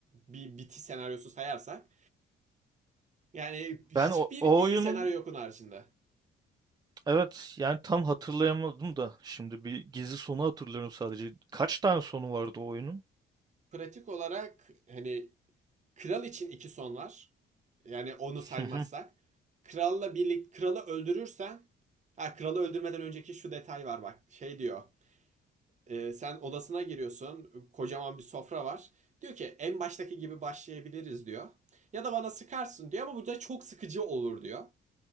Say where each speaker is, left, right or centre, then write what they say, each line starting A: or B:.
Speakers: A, on the right (about 35°); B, on the right (about 20°).
A: bir bitiş senaryosu sayarsak. Yani hiçbir
B: Ben o, o
A: iyi
B: oyunun
A: senaryo yok onun haricinde.
B: Evet yani tam hatırlayamadım da şimdi bir gizli sonu hatırlıyorum sadece. Kaç tane sonu vardı o oyunun?
A: Pratik olarak hani Kral için iki son var. Yani onu saymazsak.
B: Hı hı.
A: Kralla birlikte kralı öldürürsen ha kralı öldürmeden önceki şu detay var bak. Şey diyor. e, sen odasına giriyorsun. Kocaman bir sofra var. Diyor ki en baştaki gibi başlayabiliriz diyor. Ya da bana sıkarsın diyor ama bu çok sıkıcı olur diyor.